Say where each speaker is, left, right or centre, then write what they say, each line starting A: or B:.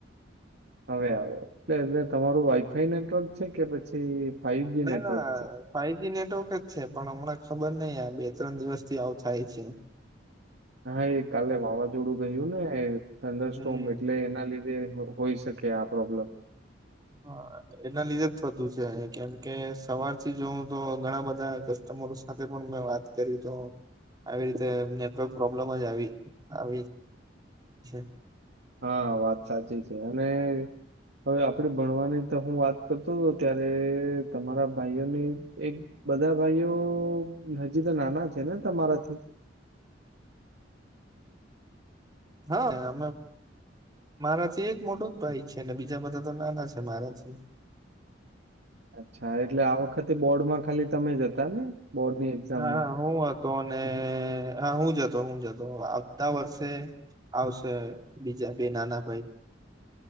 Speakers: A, on the right (about 65°); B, on the right (about 20°).
A: હવે આવ્યો, એટલે કે તમારું વાઈફાઈ નેટવર્ક છે કે પછી ફાઈવ જી
B: ના
A: નેટવર્ક
B: ના
A: છે?
B: ફાઈવ જ નેટવર્ક જ છે પણ હમણાં ખબ ખબર નહી આ બે ત્રણ દિવસ થી આવું થાય છે.
A: હા એ કાલે વાવાઝોડું ગયું ને ઠંડરસ્ટોમ
B: હમ.
A: એટલે એના લી <unintelligible> હોઈ શકે આ પ્રોબ્લેમ.
B: હ એના લીધે જ થતું છે, કેમ કે સવારથી જો તો ઘણા બધા કસ્ટમરો સાથે પણ મેં વાત કરી તો આવી રીતે નેટવર્ક પ્રોબ્લેમ જ આવી આવી છે.
A: હા વાત સાચી છે, અને હવે આપણે ભણવાની તો હું વાત કરતો તો, ત્યારે તમારા ભાઈઓની એક બધા ભાઈઓ ન હજી તો નાના છે ને તમારાથી?
B: હા અમે મારાથી એક મોટું જ ભાઈ છે અને બીજા બધા તો નાના છે મારાથી.
A: અચ્છા, એટલે આખ તે બોર્ડ માં ખાલી તમે જ હતા ને? બોર્ડની એક્ઝામમાં.
B: હા હું હતો, અને હા હું જ હતો. તો હું જતો આવતા વર્ષે આવશે બીજા બે નાના ભાઈ.